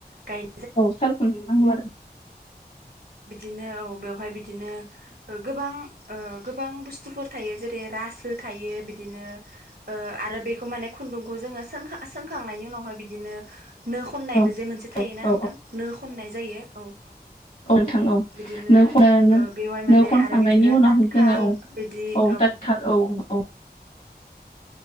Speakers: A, on the right; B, on the left.
A: गाय
B: औ साल खुन्था नांगौ आरो।
A: बिदिनो औ बेवहाय बिदिनो गोबां गोबां बुस्थुफोर थायो जेरै रासो थायो बिदिनो। आरो बेखौ माने खुन्दुंखौ जोङो सोंखां सोंखांनायनि उनावहाय बिदि बिदिनो नो खननायबो
B: औ
A: जे मोनसे थायोना
B: औ
A: नोंथां नो खननाय जायो औ
B: नोंथां औ
A: बिदिनो
B: नो खनो
A: बेवहाय
B: नो
A: माने
B: खनखांनायनि
A: आरो बिदिनो
B: उनावहाय
A: ततखाल
B: जोङो औ
A: बिदि औ।
B: दाथखाल औ औ